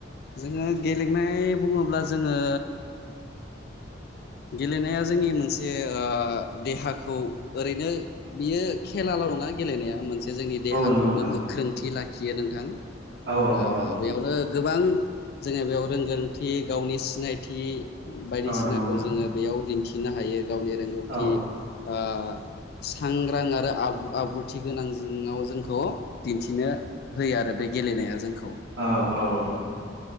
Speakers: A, on the left; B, on the right.
A: जोङो गेलेनाय बुङोब्ला जोङो गेलेनाया जोंनि मोनसे ओ देहाखौ ओरैनो बियो खेला ल' नङा गेलेनाया मोनसे जोंनि देहाखौबो
B: ना नोंथां?
A: गोख्रोंथि लाखियो नोंथां
B: औ
A: ओ
B: नोंथां
A: बेयावनो गोबां जोङो बेयाव रोंगोरथि गावनि सिनायथि
B: औ
A: बायदिसिना
B: औ नंगौ नोंथां
A: खौ जोङो बेयाव दिन्थिनो हायो गावनि रोंगौथि
B: औ
A: ओ सांग्रां आरो आब्रुथि गोनां ङाव जोंखौ दिन्थिनो होयो आरो बे गेलेनाया जोंखौ।
B: औ औ औ औ